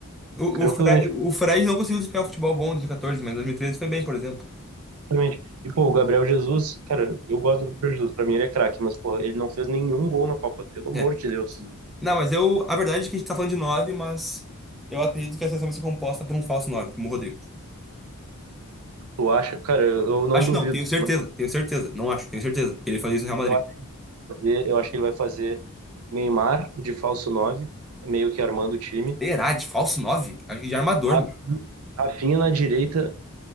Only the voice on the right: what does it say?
Tranquilamente,
tranquilamente. E, pô, o Gabriel Jesus, cara, eu gosto do Gabriel Jesus. Pra mim ele é craque, mas, pô, ele não fez nenhum gol na Copa, pelo amor
de Deus.
Tu acha? Cara, eu eu não
duvido.
Mas
eu acho que ele vai fazer- eu acho que ele vai fazer Neymar de falso 9 meio que armando o time.
Ra-
Rafinha na direita,